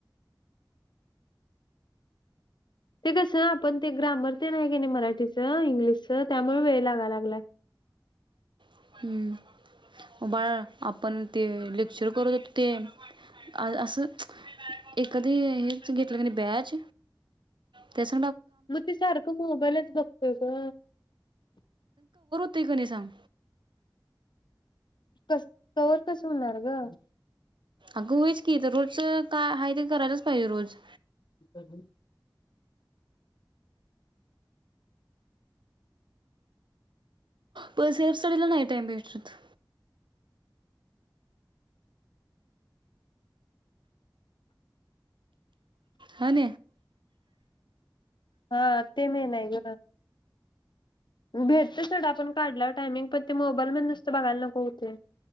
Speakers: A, on the left; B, on the right.
A: ते कसं आपण ते ग्रामर ते नाही क नाही मराठीचं इंग्लिशच त्यामुळे वेळ लागा लागलाय
B: आहे बाळा आपण ते लेक्चर करू ते असं एखादी हेच घेतलं क नाही बॅच त्याच
A: मग ते सारखं मोबाईलच बघतो का
B: कते कणी सग
A: कस तवर कस होणार ग
B: अ गोच कि तर रोजच काय ह करालाच पाहिजे रोज
A: ह
B: प सेफ स्टडीला नाही टाईम भेटात होन
A: हा आते म नाय ग भेटत सढ आपण काढला टायमिंग पण ते मोबाईल मध्ये नुसतं बघायला नको होते